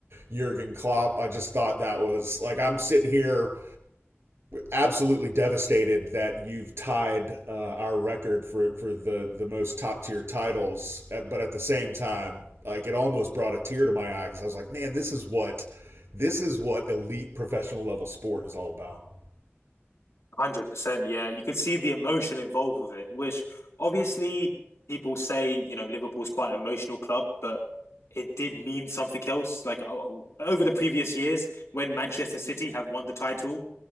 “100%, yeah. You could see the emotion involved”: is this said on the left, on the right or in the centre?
Left